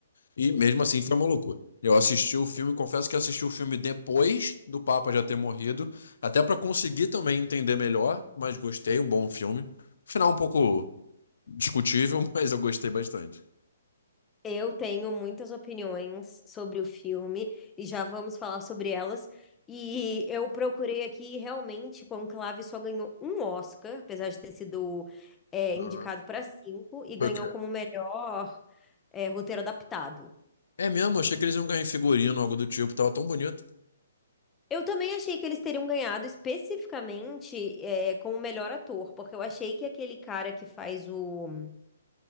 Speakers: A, on the left; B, on the left.
A: E mesmo assim foi uma loucura. Eu assisti o filme, confesso que assisti o filme depois do Papa já ter morrido, até para conseguir também entender melhor, mas gostei, um bom filme. Final um pouco discutível, <laughs> mas eu gostei bastante.
B: Eu tenho muitas opiniões sobre o filme e já vamos falar sobre elas. E eu procurei aqui e realmente Conclave só ganhou um Oscar, apesar de ter sido é,
A: Uhum.
B: indicado para cinco, e ganhou
A: Foi o quê?
B: como melhor é, roteiro adaptado.
A: É mesmo, achei que eles iam ganhar em figurino, algo do tipo, tava tão bonito.
B: Eu também achei que eles teriam ganhado especificamente é, como melhor ator, porque eu achei que aquele cara que faz o.